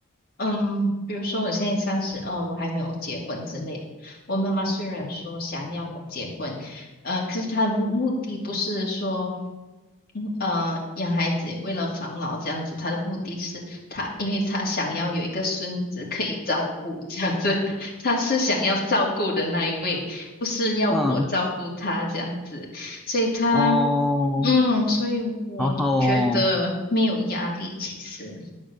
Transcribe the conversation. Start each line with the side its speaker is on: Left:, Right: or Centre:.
Left: 嗯，比如说我现在三十二，我还没有结婚之类的。我妈妈虽然说想要我结婚，呃，可是她的目目的不是说，嗯呃，养孩子为了防老这样子，她的目的是她，因为她想要有一个孙子可以照顾这样子，<laughs> 她是想要照顾的那一位，不是要我照顾她这样子。
Centre: 嗯，
Left: 所以她。
Centre: 哦，
Left: 嗯，所以我觉得没有压力，
Centre: 好好哦。
Left: 其实，